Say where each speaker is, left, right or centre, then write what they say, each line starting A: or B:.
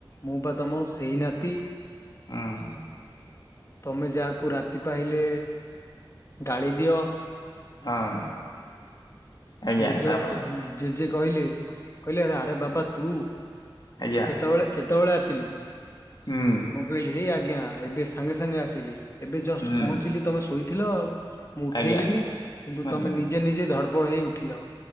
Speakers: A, on the left; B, on the left.
A: ମୁଁ ବା ତମର ସେଇ ନାତି।
B: ହଁ।
A: ତମେ ଯାହାକୁ ରାତି ପାଇଲେ ଗାଳି ଦିଅ।
B: ହଁ। ଆଜ୍ଞା
A: ଜେଜ
B: ତାପରେ
A: ଜେଜେ କହିଲେ ଆରେ ବାବା ତୁ
B: ଆଜ୍ଞା
A: କେତେବେଳେ କେତେବେଳେ ଆସିଲୁ
B: ହୁଁ
A: ମୁଁ କହିଲି ଆ ଆଜ୍ଞା ଏବେ ସାଙ୍ଗେ ସାଙ୍ଗେ ଆସିଲି ଏବେ ଜଷ୍ଟ
B: ହୁଁ
A: ପହଞ୍ଚିଲି ତମେ ଶୋଇଥିଲ ଆଉ। ମୁଁ ଉଠେଇଲିିନି
B: ଆଜ୍ଞା
A: କିନ୍ତୁ
B: ଆଜ୍ଞା
A: ତମେ ନିଜେ ନିଜେ ଧଡ୍ ପଡ୍ ହୋଇ ଉଠିଲ।